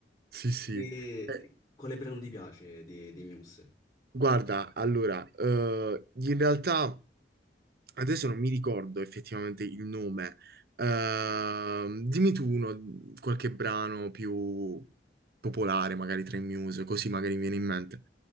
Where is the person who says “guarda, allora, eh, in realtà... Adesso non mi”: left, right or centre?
Right